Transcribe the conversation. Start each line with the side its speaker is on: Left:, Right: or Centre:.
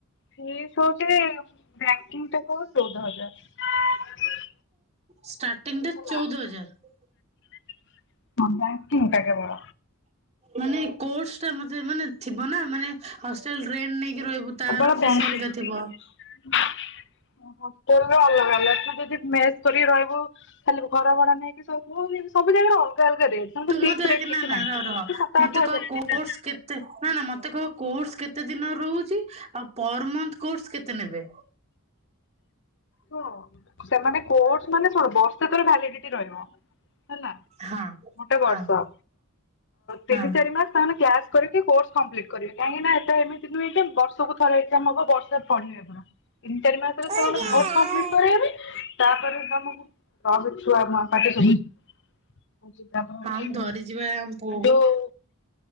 Left: ଫିସ୍ ହଉଛି ବ୍ୟାଙ୍କିଙ୍ଗ୍ <unintelligible> ଚଉଦ ହଜାର।
Right: ଷ୍ଟାର୍ଟିଂରେ
Left: ହେଲା।
Right: ଚଉଦ ହଜାର।
Left: <unintelligible> କେବଳ
Right: ମାନେ କ୍ରୋସ୍ ଟା ମତେ ମାନେ ଥିବ ନା ମାନେ ହଷ୍ଟେଲ <unintelligible> ନେଇକି ରହିବୁ ତାର
Left: ଆପଣ
Right: ଫିସ୍
Left: <unintelligible>
Right: ଅଲଗା ଥିବ।
Left: ହୋଟେଲ ରେ ଅଲଗା ଅଲଗା <unintelligible> ମେସ୍ କରିକି ରହିବୁ ଖାଲି ଘର ଭଡ଼ା ନେଇକି ସବୁ ଜାଗା ରେ ଅଲଗା ଅଲଗା ରେଟ୍ ସେମିତି
Right: ତୁ ମତେ
Left: ଫିକ୍ସ ରେଟ୍
Right: ଆଜି ନା
Left: କିଛି
Right: ନା
Left: ନାହିଁ।
Right: ର ରହ
Left: ସାତ ଆଠ
Right: ମତେ
Left: ହଜାର
Right: କହ କୋର୍ସ୍
Left: ପଡିବ।
Right: କେତେ ନା ନା ମତେ କହ କୋର୍ସ୍ କେତେ କେତେ ଦିନ ରହୁଛି ଆଉ ପରମନ୍ଥ କୋର୍ସ୍ କେତେ ନେବେ?
Left: ଶୁଣ ସେମାନେ କ୍ରୋର୍ସ ମାନେ କଣ ବର୍ଷକର ଭାଲିଡିଟି ରହିବ। ହେଲା
Right: ହଁ
Left: ଗୋଟେ
Right: ହଁ
Left: ବର୍ଷ ତିନି
Right: ହଁ
Left: ଚାରି ମାସ ତାଙ୍କର କ୍ୟା କରିକି କୋର୍ସ୍ କଂପ୍ଲିଟ୍ କରିବେ କାହିଁକିନା ଏଟା ଏମିତି ନୁହେଁ ଯେ ବର୍ଷକୁ ଥର ଏକ୍ଜାମ୍ ହବ ବର୍ଷ <unintelligible> ତିନି ଚାରି ମାସରେ
Right: ହଁ
Left: ତ କୋର୍ସ୍
Right: ହଁ।
Left: କଂପ୍ଲିଟ୍ କରେଇବେ ତାପରେ ତମକୁ <unintelligible> ଛୁଆ ପାଟି ଶୁଭୁଛି। ତାପରେ ହଉଚି
Right: ହଁ ମୁଁ ଧରିଚି ବା ଆମ ପୁଅକୁ
Left: ଯୋଉ